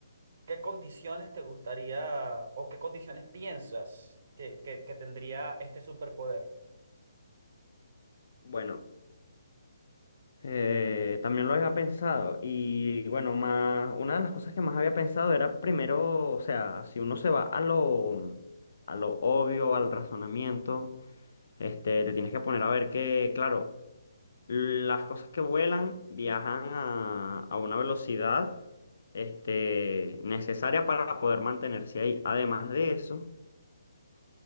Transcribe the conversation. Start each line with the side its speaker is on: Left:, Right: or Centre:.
Right: ¿qué condiciones te gustaría o qué condiciones piensas que, que que tendría este superpoder?
Left: Bueno. Eh, también lo había pensado y bueno, más, una de las cosas que más había pensado era primero, o sea, si uno se va a lo, a lo obvio, al razonamiento, este, te tienes que poner a ver que, claro, las cosas que vuelan viajan a, a una velocidad, este, necesaria para poder mantenerse ahí. Además de eso,